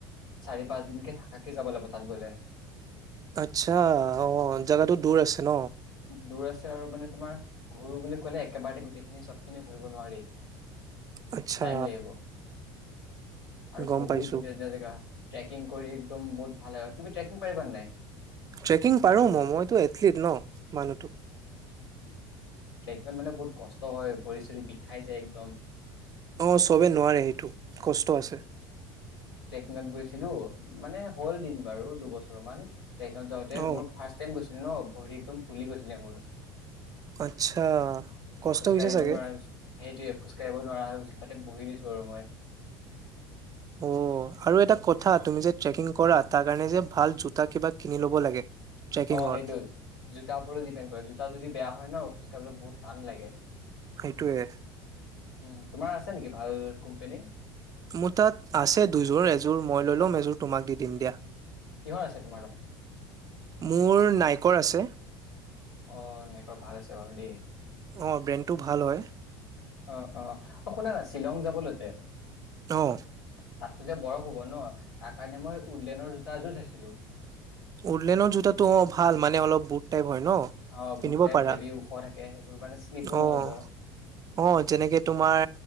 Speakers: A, on the left; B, on the right.
A: চাৰি পাঁচ দিনকে থাকাকে যাব লাগিব তাত গলে
B: আচ্ছা আহ জাগো দূৰ আছে ন
A: দূৰ আছে আৰু মানে তোমাৰ ঘূৰো বুলি কলে একেবাৰতে গোটেইখিনি চবখিনি ঘূৰিব নোৱাৰি
B: আচ্ছা
A: টাইম লাগিব আৰু
B: গম
A: বহুত
B: পাইছো।
A: ধুনীয়া ধুনীয়া জেগা টেকিং কৰি একদম বহুত ভাল হয় তুমি টৈকিং পাৰিবা নাই
B: ট্ৰেকিং পাৰোঁ ম মইতো এথলিট ন মানুহটো
A: ই মানে বহুত কষ্ট হয় ভৰি চৰি বিষাই যায় একদম
B: অ চবে নোৱাৰে সেইটো কষ্ট আছে
A: ত গৈছিলো মানে হ'ল দিন বাৰু দুবছৰ মান টেকাট যাওঁতেই
B: অ'
A: মই ফাষ্ট টাইম গৈছো ন ভৰি একদম পুলি গৈছিলে মোৰ
B: আচ্ছা কষ্ট
A: খোজকাাঢ়িব
B: হৈছে চাগে
A: নোৱাৰা হৈ হৈছে সেইটোয়ে খোজকাাঢ়িব নোৱাৰা তাতে বহি দিছো আৰু মই।
B: অ', আৰু এটা কথা তুমি যে, ট্ৰেকিং কৰাত তাৰ কাৰণে যে, ভাল জোতা কিবা কিনি ল'ব লাগে। ট্ৰেকিঙৰ
A: অ', সেইটো জোতাৰ ওপৰত ডিপেণ্ড কৰে জোতা যদি বেয়া হয়, ন খোজ কাঢ়িবলৈ বহুত টান লাগে।
B: সেইটোৱে।
A: উম তোমাৰ আছে নেকি ভাল কোম্পেনী
B: মোৰ তাত আছে দুযোৰ। এযোৰ মই লৈ লম এযোৰ তোমাক দি দিম দিয়া।
A: কিহৰ আছে তোমাৰ লগত
B: মোৰ নাই ক' আছে,
A: অ নাইকৰ ভাল আছে বাৰু দেই
B: অ' ব্ৰেইনটো ভাল হয়।
A: অ' অ' অ' শুনা না শ্বিলং যাবলৈ
B: আহ
A: তাতো যে বৰফ হ'ব ন তাৰ কাৰণে মই উদলেনৰ জোতা এযোৰ চাইছিলো।
B: উদলেনৰ জুতা তো ভাল মানে অলপ বুট টাইপে হয় ন!
A: অ
B: পিন্ধিব
A: বুট টাইপ
B: পাৰা
A: হেভি ওখ থাকে সেইবোৰ মানে শ্লিপো
B: অ'
A: নহ'ব
B: অ' যেনেকে তোমাৰ